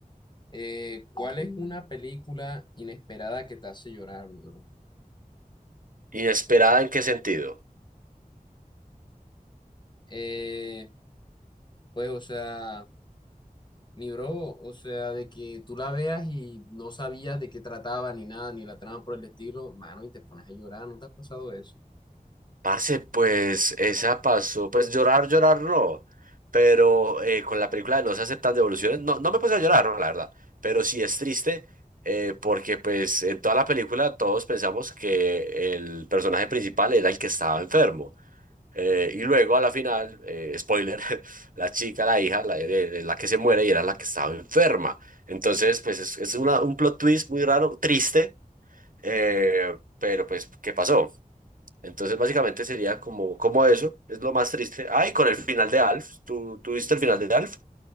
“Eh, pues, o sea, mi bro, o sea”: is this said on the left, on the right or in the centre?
Left